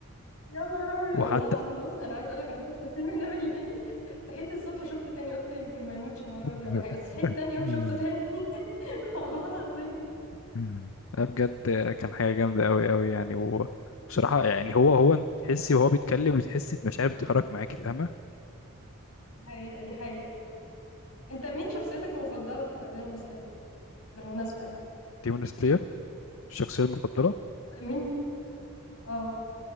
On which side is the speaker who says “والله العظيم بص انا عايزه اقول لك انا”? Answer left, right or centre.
Left